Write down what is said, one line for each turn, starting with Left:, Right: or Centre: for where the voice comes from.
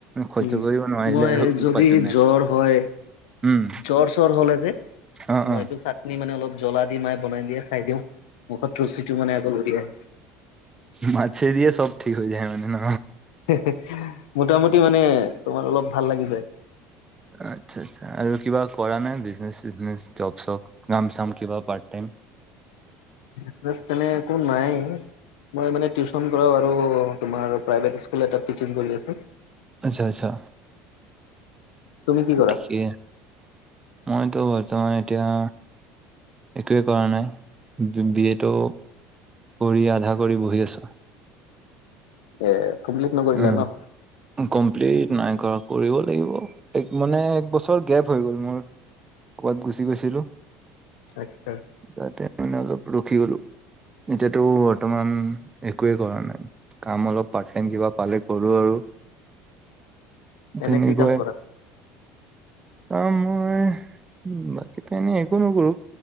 Right: সহ্য
Left: উম,
Right: কৰিব নোৱাৰিলে
Left: মই
Right: আৰু
Left: যদি
Right: উপায়টো নাই।
Left: জ্বৰ হয়
Right: উম,
Left: জ্বৰ চৰ হ'ল যে,
Right: অ',
Left: মই
Right: অ',
Left: এইটো চা নি মানে অলপ জ্বলা দি মাই বনাই দিয়ে খাই দিওঁ, মুখত ৰচিটো মানে আগ লৰি আহে।
Right: মাছে দিয়ে চব ঠিক হৈ যায় মানে ন?
Left: হেহেহ মোটামুটি মানে তোমাৰ অলপ ভাল লাগি যায়।
Right: আচ্ছা আচ্ছা আৰু কিবা কৰা নাই বিজনেচ - চিজনেচ, জব - চব? কাম - চাম কিবা পাৰ্ট টাইম।
Left: বিজনেছ তেনে একো নাই। মই মানে টিউচন কৰাও আৰু তোমাৰ প্ৰাইভেট স্কুল এটাক টিছিং কৰি আছোঁ।
Right: আচ্ছা আচ্ছা।
Left: তুমি কি কৰা?
Right: ঠিকে। মইতো বৰ্তমান এতিয়া একোৱে কৰা নাই। বি এ ত' কৰি আধা কৰি বহি আছো।
Left: এ, কমপ্লিট নকৰিলা
Right: উম,
Left: ন?
Right: কমপ্লিট নাই কৰা, কৰিব লাগিব। এক মানে এক বছৰ গেপ হৈ গ'ল মোৰ, ক'ৰবাত গুচি গৈছিলোঁ।
Left: আচ্ছা।
Right: তাতে নে অলপ ৰখি গলো। এতিয়াতো বৰ্তমান একোৱেই কৰা নাই, কাম অলপ পাৰ্ট টাইম কিবা। পালে কৰোঁ আৰু
Left: এনে
Right: তেনেকুৱাই।
Left: কি কাম কৰা?
Right: আহ মই বাকীতো এনেই একো নকৰো।